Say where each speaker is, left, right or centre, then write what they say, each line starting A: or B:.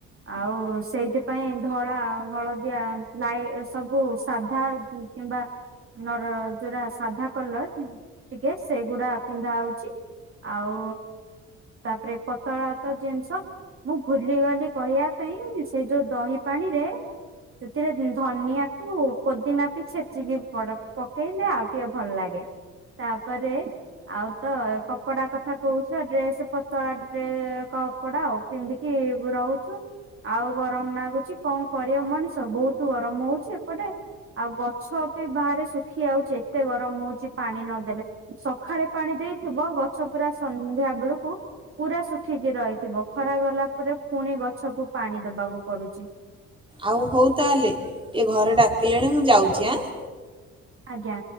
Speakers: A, on the right (about 45°); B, on the right (about 15°).
A: ଆଉ ସେଇଥିପାଇ ଧଳା ହଳଦିଆ ଲାଇ ସବୁ ସାଧା କିମ୍ବା ନ ଯୋୁରା ସାଧା କଲର ଟିକେ ସେଗୁଡା ପିନ୍ଧା ହଉଛି ଆଉ ତାପରେ ପତଳା ତ ଜିନିଷ। ମୁଁ ଭୁଲିଗଲି କହିବା ପାଇଁ ସେ ଯୋଉ ଦହି ପାଣିରେ ସେଥିରେ ଧନିଆକୁ ପୋଦିନା ପ ଛେଚିକି ପକେଇଲେ ଆଉ ଟିକେ ଭଲ ଲାଗେ ତାପରେ ଆଉ ତ କପଡା କଥା କହୁଥିଲା ଡ୍ରେସ ପତଳା ଡ କପଡା ଆଉ। ପିନ୍ଧିକି ରହୁଛୁ ଆଉ ଗରମ ଲାଗୁଛି କଣ କରିବ ମଣିଷ ବହୁତ ଗରମ ହଉଛି ଏପଟେ ଆଉ ଗଛ ବି ବାହାରେ ଶୁଖି ଯାଉଛି ଏତେ ଗରମ ହଉଛି ପାଣି ନଦେଲେ ସକାଳେ ପାଣି ଦେଇଥିବ ଗଛ ପୁରା ସନ୍ଧ୍ୟା ବେଳକୁ ପୁରା ଶୁଖିକି ରହିଥିବ। ଖରା ଗଲା ପରେ ପୁଣି ଗଛ ସଛବୁ ପାଣି ଦବାକୁ ପଡୁଛି।
B: ଆଉ ହଉ ତାହେଲେ ଟିକେ ଘରେ ଡାକିଲେଣି ମୁଁ ଯାଉଛି ଆଁ।
A: ଆଜ୍ଞା